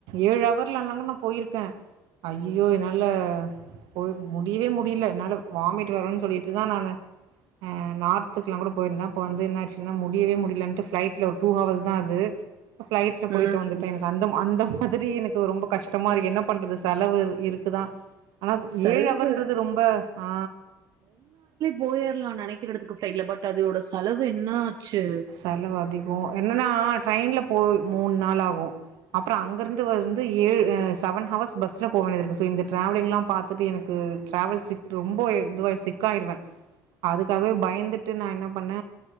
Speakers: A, on the right; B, on the right.
A: ஏழு அவர்ல அனாலு நா போயிருக்க அய்யய்யோ என்னால போய் முடியவே முடியல என்னால வாமிட் வரும்ன்னு சொல்லிட்டு ஆனான அ நார்த்துக்குல்லா கூட போயிருந்த அப்ப வந்து என்னாச்சுன்னா முடியவே முடியலட்டு ஃபளைட்ல ஒரு டூ ஹவர்ஸ் தா அது ஃபளைட்ல போயிட்டு
B: ம்
A: வந்துட்ட எனக்கு அந்த அந்த மாதிரி எனக்கு ரொம்ப கஷ்டமா இருக்கு என்ன பண்றது செலவு இருக்குதா ஆனா
B: செலவு
A: ஏழு அவர்ன்றது ரொம்ப ஆ
B: போயிர்லா நினைக்கற எடதுக்கு ஃபளைட்ல பட் அதோட செலவு என்ன ஆச்சு
A: செலவு அதிகோ என்னன்னா ட்ரெயின்ல போ மூணு நாள் ஆகும் அப்புறம் அங்கருந்து வந்து ஏ செவன் ஹவர்ஸ் பஸ்ல போக வேண்டியது இருக்கு சோ இந்த டிராவலிங்லா பார்த்துட்டு எனக்கு டிராவல் சிக் ரொம்ப இது சிக் ஆயிடுவ அதுக்காகவே பயந்துட்டு நா என்ன பண்ண